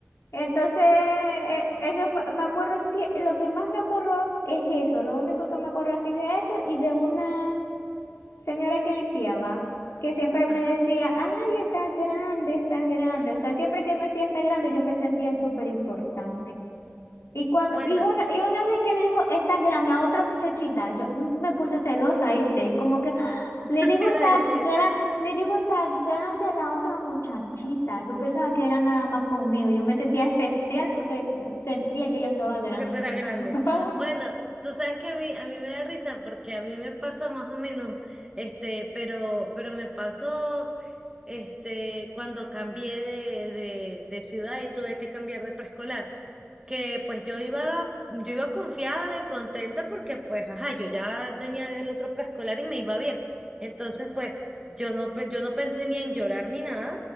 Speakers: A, on the left; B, on the right.
A: Entonces, eh, eso fue- me acuerdo, sí, lo que más me acuerdo es eso, lo único que me acuerdo así de eso y de una señora que limpiaba, que siempre me
B: ajá.
A: decía, ay, estás grande, estás grande. O sea, siempre que me decía estás grande, yo me sentía súper importante. Y cuando,
B: Bueno,
A: y una, y una vez que le dijo, estás grande a otra muchachita, yo mm, me puse celosa, ¿viste? Como que ¡ah!
B: <laughs>
A: le
B: yo
A: dijo,
B: te iba
A: estás
B: a decir,
A: gran, le dijo, estás grande a la otra muchachita. Yo pensaba que era nada más conmigo. Yo me sentía especial porque sentía que ella estaba grande.
B: porque tú eras grande.
A: <laughs>
B: Bueno, tú sabes que a mí, a mí me da risa porque a mí me pasó más o menos, este, pero, pero me pasó, este, cuando cambié de, de, de ciudad y tuve que cambiar de preescolar. que pues yo iba, yo iba confiada y contenta porque pues, ajá, yo ya venía del otro preescolar y me iba bien. Entonces, pues, yo no, pe- yo no pensé ni en llorar ni nada.